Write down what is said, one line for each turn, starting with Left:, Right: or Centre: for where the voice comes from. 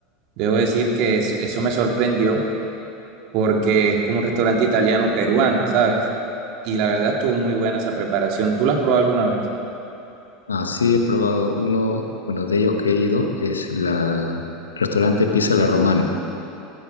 Right: Debo decir que es- eso me sorprendió porque es como un restaurante italiano peruano, ¿sabes? Y la verdad estuvo muy buena esa preparación. ¿Tú la has probado alguna vez?
Left: Así he probado uno, uno de ellos que he ido, es la restaurante Pizza La Romana,